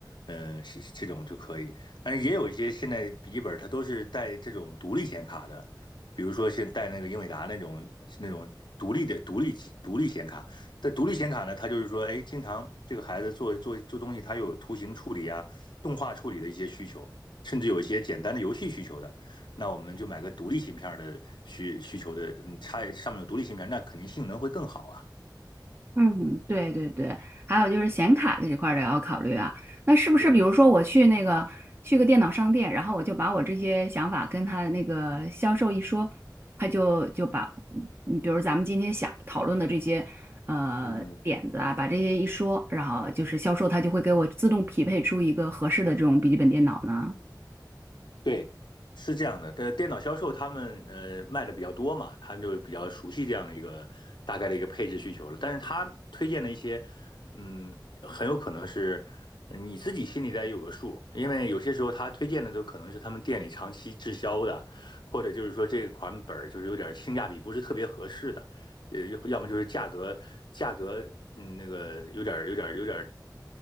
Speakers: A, on the left; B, on the right.
A: 呃是这种就可以。但是也有一些现在笔记本它都是带这种独立显卡的，比如说是带那个英伟达那种是那种独立的独立独立显卡。但独立显卡呢，它就是说，哎，经常这个孩子做做做东西，它有图形处理啊。动画处理的一些需求，甚至有一些简单的游戏需求的，那我们就买个独立芯片的需需求的，嗯，插上面有独立芯片那肯定性能会更好啊。
B: 嗯，对对对，还有就是显卡这一块儿也要考虑啊。那是不是比如说我去那个去个电脑商店，
A: 对，
B: 然后我就把我这些想法跟他的那个销售一说，他就就把，嗯比如咱们今天想讨论的这些呃点子啊，
A: 嗯，
B: 把这些一说，然后就是销售他就会给我自动匹配出一个合适的这种笔记本电脑呢？
A: 对，是这样的，这电脑销售他们呃卖的比较多嘛，他们就比较熟悉这样的一个大概的一个配置需求了。但是他推荐的一些，嗯，很有可能是呃你自己心里得有个数，因为有些时候他推荐的都可能是他们店里长期滞销的，或者就是说这款本儿就是有点性价比不是特别合适的，呃，要要么就是价格价格嗯那个有点有点有点